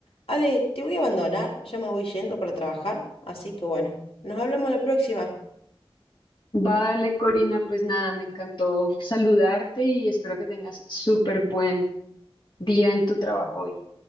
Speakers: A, on the left; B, on the left.
A: Ale, te voy a abandonar, ya me voy yendo para trabajar, así que bueno, nos hablamos la próxima.
B: Vale, Corina, pues nada, me encantó saludarte y espero que tengas súper buen día en tu trabajo hoy.